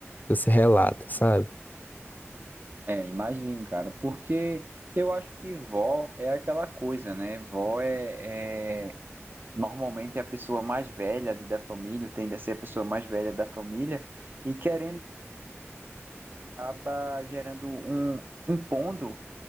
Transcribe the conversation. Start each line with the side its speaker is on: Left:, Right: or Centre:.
Left: você relata, sabe?
Right: É, imagino, cara, porque eu acho que vó é aquela coisa, né? Vó é... é- Normalmente é a pessoa mais velha ali da família tende a ser a pessoa mais velha da família e querendo acaba gerando um impondo